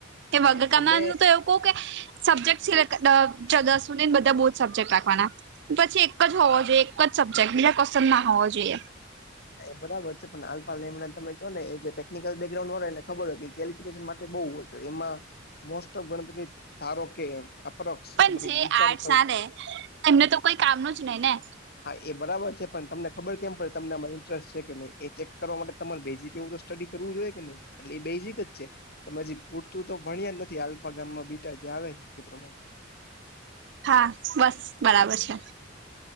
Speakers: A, on the right; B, on the left.
A: કે વગર
B: એ તમે
A: કામ ન તો એવું ઓકે, સબ્જેક્ટ સિસને બધા બહુ જ સબ્જેક્ટ રાખવાના. પછી એક જ હોવો જોઈએ એક જ સબ્જેક્ટ બીજા કસંદ ના હોવો જોઈએ.
B: એ બરાબર છે પણ હાલપાલ નેમં તમે કહ ને એ જે ટેકનિકલ બેકગ્રઉન્ડ હો ને ખબર હોય કેલફિકેશન માટે બઉ હોય. એમાં મોસ્ટ ઓફ ગણતરી ધારો કે અપ્રોક્સ.
A: પણ
B: તમે કઈક
A: જે
B: વિચારી
A: આર્ટ ના, એમને તો કોઈ કામ ન જ નહી ને.
B: હા એ બરાબર છે પણ તમને ખબર કેમ પડે તમને માહિત છે કે નહી એ ચેક કરવા માટે તમારે બેઝિક એવું સ્ટડી કરવું જોઈય કે નહી, એટલે એ બેઝિક જ છે. પછી પૂરતું તો ભણ્યા જ નથી આલ્ફા ગામમાં બીટા જે આવે છે એ પ્રમાણે.
A: હા બસ બરાબર છે.